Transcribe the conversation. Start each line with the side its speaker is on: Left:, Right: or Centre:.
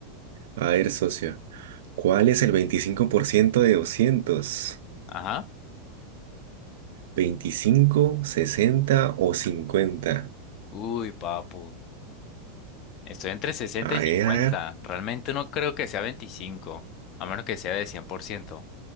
Right: A ver, socio, ¿cuál es el 25% de doscientos
Left: Ajá.
Right: veinticinco 60 o cincuenta
Left: Uy, papu. Estoy entre sesenta
Right: A
Left: y 50.
Right: ver, a ver.
Left: Realmente no creo que sea veinticinco. a menos que sea de 100%.